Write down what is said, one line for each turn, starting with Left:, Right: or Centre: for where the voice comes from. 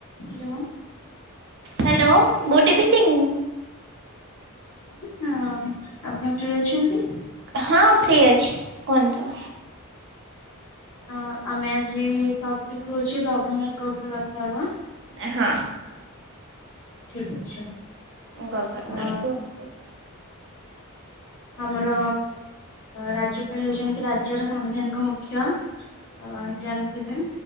Left: Hello.
Right: Hello good evening.
Left: ହଁ ଆପଣ free ଅଛନ୍ତି?
Right: ହଁ ଫ୍ରି ଅଛି କୁହନ୍ତୁ।
Left: ଅ ଆମେ ଆଜି ଟପିକ ହଉଛି ଗଭର୍ଣ୍ଣର କ ଉପରେ କଥା ହବା।
Right: ଏ ହଁ।
Left: ଠିକ ଅଛି।
Right: ଗଭର୍ଣ୍ଣର
Left: ଅ
Right: କୁହ
Left: ଆମର ରାଜ୍ୟପାଳ ହେଉଛନ୍ତି ରାଜ୍ୟର ସାମ୍ବିଧାନିକ ମୁଖ୍ୟ। ହଁ ଜାଣିଥିବେ।